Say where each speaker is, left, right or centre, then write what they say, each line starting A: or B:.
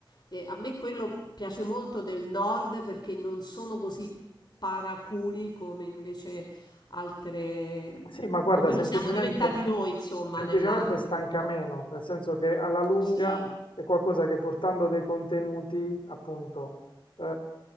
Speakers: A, on the left; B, on the left.
A: E a me quello piace molto del nord perché non sono così paraculi come invece altre
B: Sì, ma guarda,
A: come
B: semplicemente,
A: lo siamo <laughs> diventati noi, insomma,
B: semplicemente
A: nell'arte,
B: stanca
A: purtroppo.
B: meno, nel senso che alla lunga
A: Sì,
B: è qualcosa che portando dei contenuti, appunto, eh,